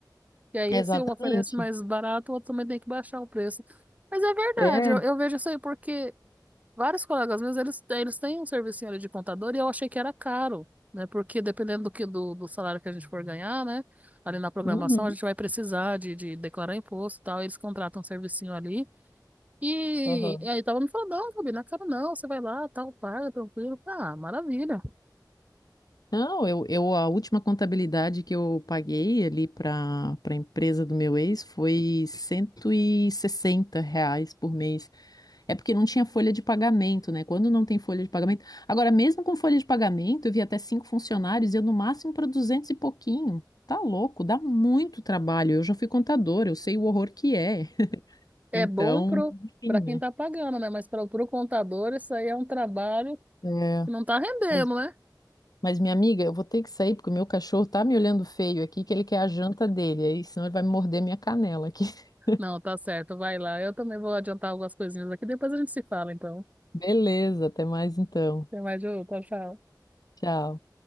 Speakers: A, on the right; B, on the left.
A: E aí
B: Exatamente.
A: se um oferece mais barato, o outro também tem que baixar o preço. Mas é verdade,
B: É.
A: eu, eu vejo isso aí porque vários colegas meus, eles, têm- eles têm um serviço ali de contador e eu achei que era caro, né? Porque dependendo do que do, do salário que a gente for ganhar, né? Ali na programação,
B: Uhum.
A: a gente vai precisar de, de declarar imposto e tal. Eles contratam um servicinho ali. E,
B: Aham.
A: e aí tava me falando, não, Fabi, não quero não, você vai lá, tal, paga, tranquilo. Ah, maravilha.
B: Não, eu, eu a última contabilidade que eu paguei ali para para a empresa do meu ex foi 160 reais por mês. É porque não tinha folha de pagamento, né? Quando não tem folha de pagamento. Agora, mesmo com folha de pagamento, eu vi até cinco funcionários, e eu no máximo para 200 e pouquinho. Tá louco, dá muito trabalho. Eu já fui contadora, eu sei o horror que é. <laughs>
A: É
B: Então,
A: bom pro,
B: enfim,
A: pra quem
B: né?
A: tá pagando, né? Mas para pro contador, isso aí é um trabalho
B: É,
A: que não tá rendendo,
B: mas,
A: né?
B: mas, minha amiga, eu vou ter que sair porque o meu cachorro tá me olhando feio aqui, que ele quer a janta dele, aí senão ele vai me morder minha canela aqui. <laughs>
A: Não, tá certo, vai lá. Eu também vou adiantar algumas coisinhas aqui, depois a gente se fala, então.
B: Beleza, até mais então.
A: Até mais, Ju, tchau, tchau.
B: Tchau.